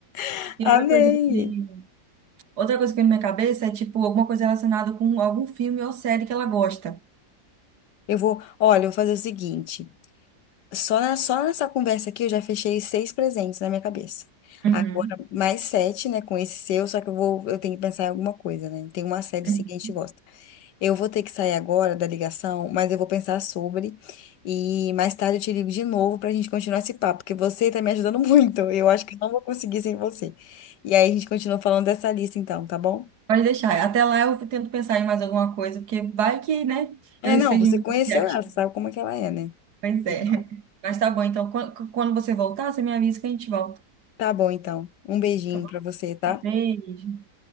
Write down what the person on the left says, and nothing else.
<laughs>
amei.
Eu vou, olha, eu vou fazer o seguinte. Só, na- só nessa conversa aqui eu já fechei seis presentes na minha cabeça.
Agora, mais sete, né, com esse seu, só que eu vou, eu tenho que pensar em alguma coisa, né? Tem uma série
sim que a gente gosta. Eu vou ter que sair agora da ligação, mas eu vou pensar sobre. E mais tarde eu te ligo de novo pra gente continuar esse papo, porque você tá me ajudando <laughs> muito. Eu acho que eu não vou conseguir sem você. E aí a gente continua falando dessa lista então, tá bom?
É,
não,
você
conheceu
ela, sabe como é que ela é, né?
Então,
tá bom então. Um beijinho
pra você, tá?